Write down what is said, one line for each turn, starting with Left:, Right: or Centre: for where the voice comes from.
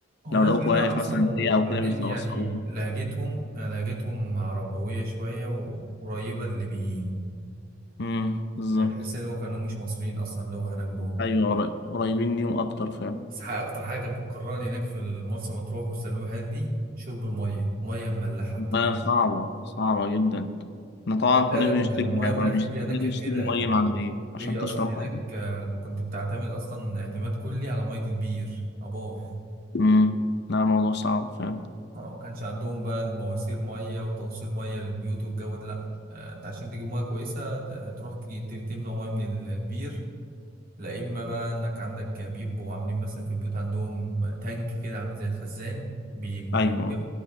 Right: هو
Left: لو
Right: ناس
Left: لقوك
Right: جدع
Left: واقف
Right: أصلا
Left: مثلا
Right: وبعدين
Left: سريع أو كده بيتوصلوك
Right: يعني لهجتهم يعني لهجتهم عربوية شوية وقريبة للليبيين
Left: امم بالظبط
Right: يعني تحس ان هو كانوا مش مصريين اصلا اللي هو هناك دول
Left: أيوة قري- قريبين ليهم أكتر فعلا
Right: بس حاجة- اكتر حاجه بتكرهني هناك في مرسى مطروح والسلوميهات دي شرب الميه ميه مملحه
Left: ما
Right: بطريقه
Left: صعبة صعبة جدا احنا طبعا
Right: ده فعلا
Left: كناش بنشتري
Right: الميه
Left: يعني
Right: بتاعت
Left: كنا بنشتري
Right: ليبيا هناك
Left: بنشتري
Right: كانت كده يعني
Left: مية معدنية عشان
Right: ليبيا
Left: تشرب
Right: اصلا هناك
Left: مية
Right: آه، كنت بتعتمد اصلا اعتماد كلي على ميه البير ابار
Left: امم لا الموضوع صعب فعلا
Right: آه، ما كانش عندهم بقى المواسير ميه وتوصيل ميه للبيوت والجو ده لا آه، انت عشان تجيب ميه كويسه ت- تروح تجي- ت- تملى ميه من ال- البير لا اما بقى انك عندك بيبقوا عاملين مثلا في البيوت عندهم تانك كده عامل زي الخزان بيملوه
Left: أيوة
Right: ميه